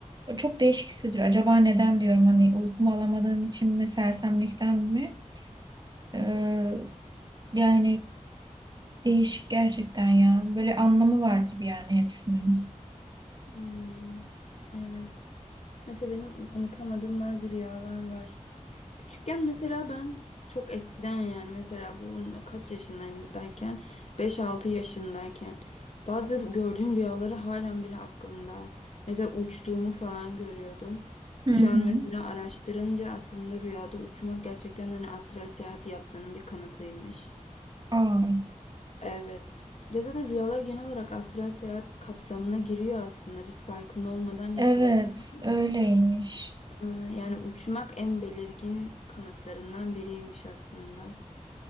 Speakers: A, on the right; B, on the left.
A: O çok değişik hissediyor. Acaba neden diyorum hani uykumu alamadığım için mi sersemlikten mi? Ee, yani değişik gerçekten ya. Böyle anlamı var gibi yani hepsinin.
B: hmm. Evet. Mesela benim unutamadığım bazı rüyalar var. Küçükken mesela ben çok eskiden yani mesela bu kaç yaşındayken beş altı yaşındayken bazı gördüğüm rüyaları halen bile aklımda. Mesela uçtuğumu falan görüyordum. Şu
A: Hı hı.
B: an mesela araştırınca aslında rüyada uçmak gerçekten hani astral seyahati yaptığının bir kanıtıymış.
A: Aa,
B: Evet. Ya zaten rüyalar genel olarak astral seyahat kapsamına giriyor aslında. Biz farkında olmadan yapıyoruz
A: evet
B: ama
A: öyleymiş.
B: e, yani uçmak en belirgin kanıtlarından biriymiş aslında.